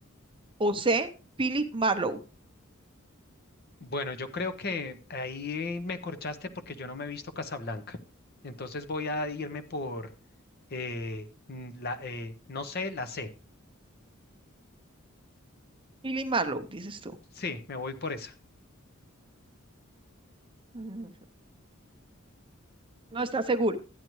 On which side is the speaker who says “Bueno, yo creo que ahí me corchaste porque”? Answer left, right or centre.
Left